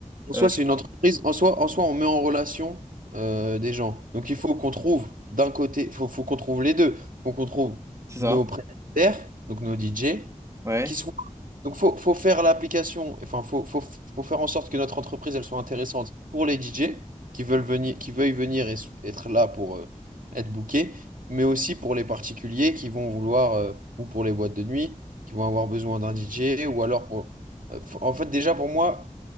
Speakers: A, on the right; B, on the right.
A: En soi,
B: Euh,
A: c'est une entreprise. En soi, en soi, on met en relation euh, des gens. Donc, il faut qu'on trouve d'un côté, il faut, faut qu'on trouve les deux. Faut qu'on trouve
B: c'est ça?
A: nos prestataires, donc nos DJ,
B: Ouais.
A: qui soient donc, faut, faut faire l'application, enfin, faut, faut, faut faire en sorte que notre entreprise, elle soit intéressante pour les DJ qui veulent venir, qui veuillent venir et s- être là pour euh, être bookés, mais aussi pour les particuliers qui vont vouloir, euh, ou pour les boîtes de nuit, qui vont avoir besoin d'un DJ, ou alors pour... euh, f- En fait, déjà, pour moi,